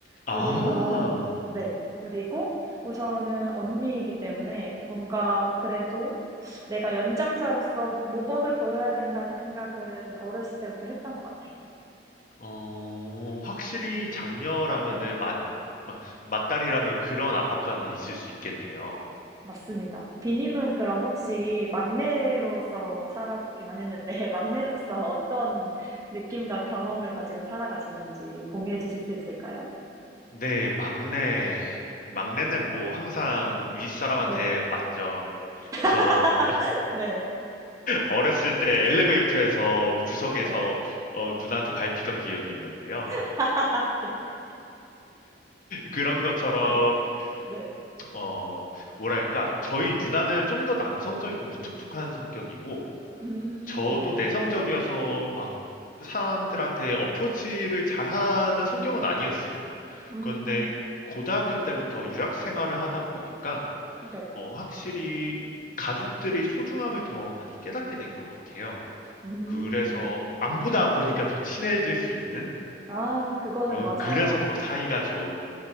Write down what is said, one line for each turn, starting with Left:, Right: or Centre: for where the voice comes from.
Left: 아.
Right: 그리고 네. 그리고 우선은 언니이기 때문에 뭔가 그래도 '내가 연장자로서 모범을 보여야 된다.'는 생각은 어렸을 때부터 했던 것 같아요.
Left: 어 확실히 장녀라면은
Right: 네.
Left: 맞맏딸이라면 그런 압박감은 있을 수 있겠네요.
Right: 맞습니다. 비님은 그럼 혹시 막내로서 살아보기만 했는데, <laughs> 막내로서 어떤 느낌과 경험을 가지고 살아가셨는지 공유해 주실 수 있을까요?
Left: 네. 막내 막내는 뭐 항상 윗사람한테
Right: 네.
Left: 맞죠. 전
Right: <laughs> 네.
Left: 어렸을 때 엘리베이터에서 구석에서
Right: 네.
Left: 어, 누나한테 밟히던 기억이 있는데요.
Right: <laughs> 네.
Left: 그런 것처럼
Right: 네. 네.
Left: 어, 뭐랄까 저희 누나는 좀 더 남성적이고 무뚝뚝한 성격이고
Right: 음,
Left: 저도
Right: 네.
Left: 내성적이어서 막 사람들한테 어프로치를 잘하는 성격은 아니었어요.
Right: 음,
Left: 그런데 고등학교 때부터 유학 생활을 하다 보니까
Right: 네.
Left: 어, 확실히 가족들의 소중함을 더 많이 깨닫게 된 것 같아요.
Right: 음,
Left: 그래서 안 보다
Right: 네.
Left: 보니까 더 친해질 수 있는?
Right: 아, 그거는
Left: 어,
Right: 맞아요.
Left: 그래서 더 사이가 좋은.